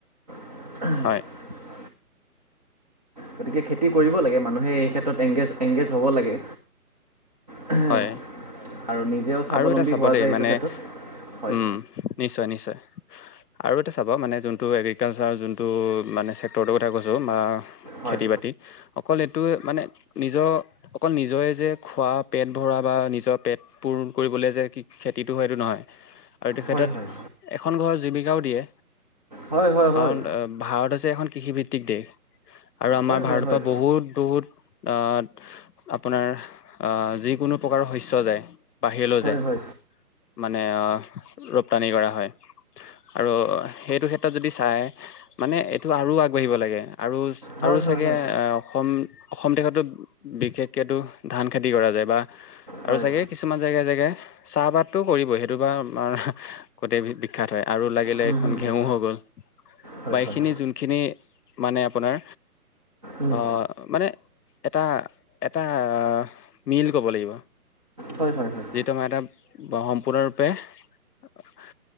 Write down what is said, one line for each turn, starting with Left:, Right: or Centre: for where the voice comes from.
Right: <inaudible>
Left: হয়
Right: গতিকে খেতি কৰিব লাগে মানুহে এই ক্ষেত্ৰত এংগেজ-এংগেজ হ'ব লাগে। <unintelligible>
Left: হয়
Right: আৰু নিজেও স্বাৱলম্বী
Left: আৰু এটা চাব
Right: হোৱা
Left: দেই
Right: যায়
Left: মানে
Right: এইটো ক্ষেত্ৰত। হয়।
Left: উম, নিশ্চয়, নিশ্চয়। আৰু এটা চাবা মানে যোনটো এগ্ৰিকালচাৰ যোনটো মানে চেক্টৰটোৰ কথা কৈছোঁ বা
Right: হয়
Left: খেতি-বাতি অকল এইটোৱে মানে নিজৰ অকল নিজৰে যে খোৱা পেট ভৰা বা নিজৰ পেট পূৰণ কৰিবলৈ যে খে-খেতিটো হেটো নহয়। আৰু এইটো ক্ষেত্ৰত
Right: হয় হয়
Left: এখন ঘৰৰ জীৱিকাও দিয়ে।
Right: হয় হয়
Left: কাৰণ
Right: হয়
Left: ভাৰত হৈছে এখন কৃষিভিত্তিক দেশ আৰু আমাৰ
Right: হয়
Left: ভাৰতৰ
Right: হয় হয়
Left: পৰা বহুত বহুত আ, আপোনাৰ আ যিকোনো প্ৰকাৰৰ শস্য যায়। বাহিৰলৈ
Right: হয়
Left: যায়
Right: হয়
Left: মানে আ ৰপ্তানি কৰা হয়। আৰু সেইটো ক্ষেত্ৰত যদি চায় মানে এইটো আৰু আগবাঢ়িব লাগ। আৰু
Right: হয়
Left: আৰু
Right: হয়
Left: চাগে
Right: হয়
Left: অ-অসম, অসম দেশতো বিশেষকেটো ধান খেতি কৰা যায়। বা আৰু
Right: হয়
Left: চাগে কিছুমান জেগাই জেগাই চাহপাতো কৰিবই সেইটো বা আমাৰ গোতেই বি-বিখ্যাত হয় আৰু লাইক থাকিলে
Right: উম
Left: এইখন
Right: হুম
Left: ঘেঁহু
Right: হুম
Left: হৈ গ'ল
Right: হয়
Left: বা এইখিনি
Right: হয়
Left: যোনখিনি মানে আপোনাৰ
Right: উম
Left: অ', মানে এটা-এটা মিল ক'ব লাগিব।
Right: হয়, হয়, হয়।
Left: যিটো মই এটা <unintelligible>